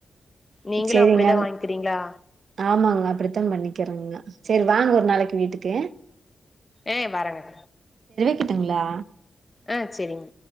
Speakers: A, on the left; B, on the right.
A: நீங்களு
B: சேரிங்கள்
A: அப்டிதா வாங்கிக்கிறீங்களா
B: ஆமாங்க அப்டித்தா பண்ணிக்கறங்க சேரி வாங்க ஒரு நாளைக்கு வீட்டுக்கு
A: ஏஹ் வரேங்க
B: ட்டுங்களா
A: ஆ செரிங்க